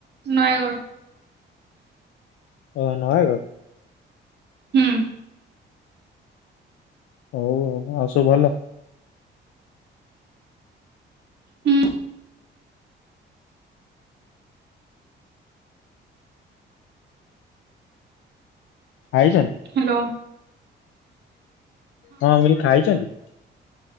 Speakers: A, on the right; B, on the left.
A: ନୟାଗଡ଼।
B: ଓ ନଆଗଡ଼।
A: ହୁଁ।
B: ହଉ ହଉ ଆଉ ସବୁ ଭଲ?
A: ହୁଁ।
B: ଖାଇଛନ୍।
A: ହ୍ୟାଲୋ
B: ହଁ ମୁଁ କହିଲି ଖାଇଛନ୍ତି?